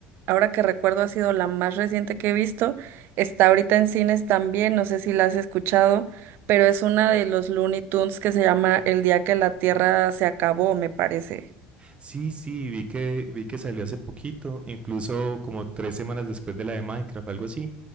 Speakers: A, on the right (about 60°); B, on the right (about 30°).
A: ahora que recuerdo ha sido la más reciente que he visto, está ahorita en cines también, no sé si la has escuchado, pero es una de los Looney Tunes que se llama El día que la Tierra se acabó, me parece.
B: Sí, sí, vi que, vi que salió hace poquito, incluso como tres semanas después de la de Minecraft, algo así,